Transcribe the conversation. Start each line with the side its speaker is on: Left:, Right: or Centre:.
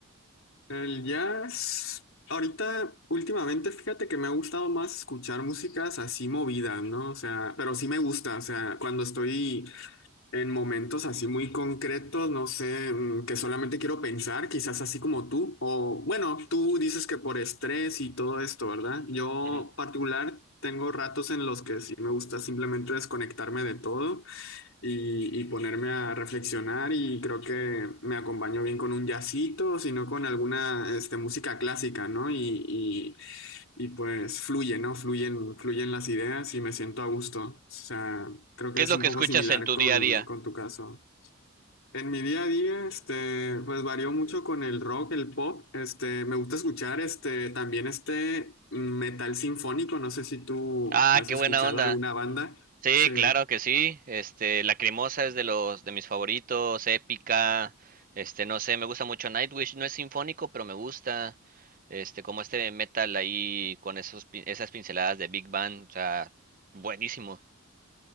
Left: el jazz, ahorita, últimamente, fíjate que me ha gustado más escuchar músicas así movidas, ¿no? O sea, pero sí me gusta, o sea, cuando estoy en momentos así muy concretos, no sé, mm, que solamente quiero pensar, quizás así como tú, o bueno, tú dices que por estrés y todo esto, ¿verdad? Yo
Right: Ujú.
Left: particular tengo ratos en los que sí me gusta simplemente desconectarme de todo y, y ponerme a reflexionar y creo que me acompañó bien con un jazzito, sino con alguna este, música clásica, ¿no? Y, y, y pues fluye, ¿no? Fluyen, fluyen las ideas y me siento a gusto. O sea, creo que
Right: ¿Qué es
Left: es
Right: lo
Left: un
Right: que
Left: poco
Right: escuchas
Left: similar
Right: en tu
Left: con,
Right: día a día?
Left: con tu caso. En mi día a día, este, pues varió mucho con el rock, el pop. Este, me gusta escuchar, este, también este mm, metal sinfónico. No sé si tú
Right: Ah,
Left: has
Right: qué
Left: escuchado
Right: buena onda.
Left: alguna banda.
Right: Sí,
Left: Sí.
Right: claro que sí. Este, Lacrimosa es de los de mis favoritos, épica. Este, no sé, me gusta mucho Nightwish, no es sinfónico, pero me gusta. Este, como este metal ahí con esos pin- esas pinceladas de Big Bang, o sea, buenísimo.